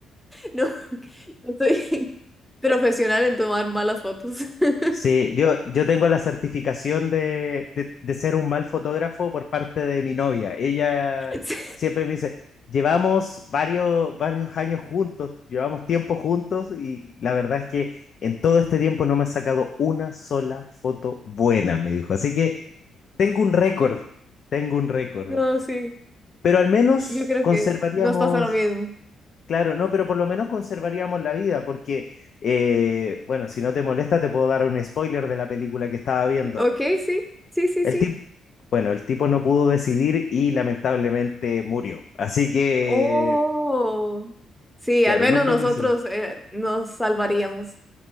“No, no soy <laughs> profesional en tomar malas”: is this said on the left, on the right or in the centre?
Centre